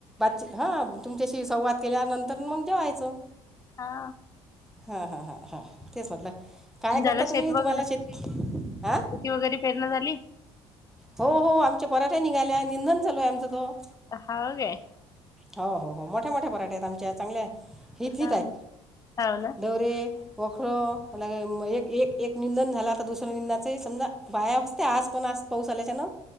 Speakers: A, in the centre; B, on the left (about 20°).
A: ची हा तुमच्याशी संवाद केल्यानंतर मग जेवायचं.
B: हा.
A: हा हा हा हा तेच म्हटल. काय करता
B: झालं शेत
A: तुम्ही
B: वगैरे
A: तुम्हाला शेती आ
B: शेती वगैरे पेरण झाली.
A: हो हो आमचे पराठ्या निघाल्या निंदधन चालू आहे आमचा त.
B: हाव काय?
A: हो हो हो मोठ्या मोठ्या पराठ्या आहेत आमच्या चांगल्या आहे, हिथीत
B: हाव
A: आहेत,
B: ना हाव ना
A: दोरे पोखर लागे म एक एक एक निंदन झालं तर दुसर निंदाचे समजा बाया असते आज पण आ पाऊस आल्याच्यानं